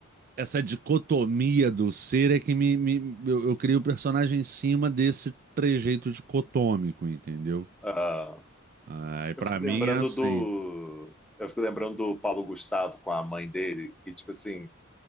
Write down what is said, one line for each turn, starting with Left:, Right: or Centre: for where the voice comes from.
Right: essa dicotomia do ser é que me, me- eu, eu crio o personagem em cima desse trejeito dicotômico, entendeu?
Centre: Ah.
Right: Aí pra
Centre: Eu fico
Right: mim
Centre: lembrando
Right: é assim.
Centre: do. Eu fico lembrando do Paulo Gustavo com a mãe dele, e tipo assim,